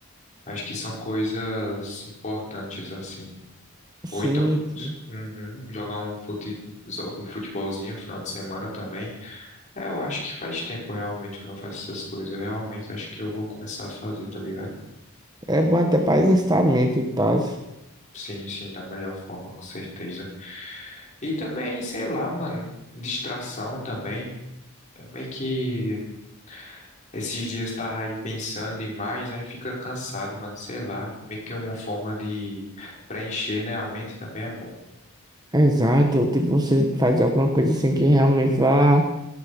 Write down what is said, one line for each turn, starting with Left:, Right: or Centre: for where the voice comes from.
Left: Acho que são coisas importantes assim.
Right: Sim,
Left: Ou então
Right: sim.
Left: uhum, jogar um fute, um futebolzinho no final de semana também. É, eu acho que faz tempo realmente que eu não faço essas coisas. Eu realmente acho que eu vou começar a fazer, tá ligado?
Right: É bom até pra exercitar a mente e tal.
Left: Sim, sim, da melhor forma, com certeza. E também, sei lá, mano, distração também. É Meio que esses dias tava aí pensando demais, aí fica cansado, mano, sei lá. Meio que uma forma de preencher, né? A mente também é bom.
Right: Exato, tipo, você faz alguma coisa assim que realmente vá,